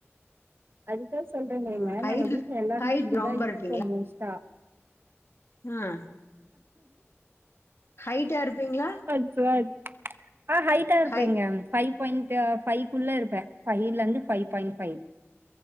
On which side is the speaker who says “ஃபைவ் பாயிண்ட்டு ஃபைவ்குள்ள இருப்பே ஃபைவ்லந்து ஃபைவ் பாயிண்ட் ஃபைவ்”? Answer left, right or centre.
Right